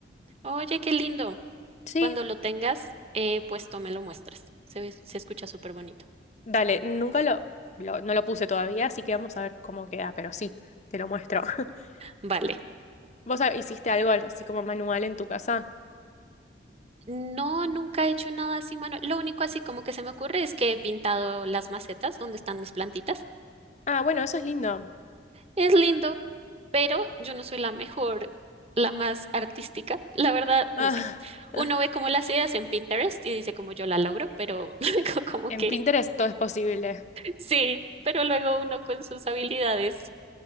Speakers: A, on the right; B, on the left.
A: Oye, qué lindo.
B: Sí,
A: Cuando lo tengas, eh, pues tú me lo muestras. Se ve- se escucha súper bonito.
B: Dale, nunca lo, lo- no lo puse todavía, así que vamos a ver cómo queda, pero sí, te lo muestro. <laughs>
A: Vale.
B: ¿Vos ha- hiciste algo así como manual en tu casa?
A: No, nunca he hecho nada así, mano. Lo único así como que se me ocurre es que he pintado las macetas donde están mis plantitas.
B: Ah, bueno, eso es lindo.
A: Es lindo, pero yo no soy la mejor, la más artística. La verdad,
B: Ah,
A: no sé.
B: <laughs>
A: Uno ve como las ideas en Pinterest y dice como yo la logro, pero <laughs> co- como
B: en
A: que
B: Pinterest todo es posible.
A: sí, pero luego uno con sus habilidades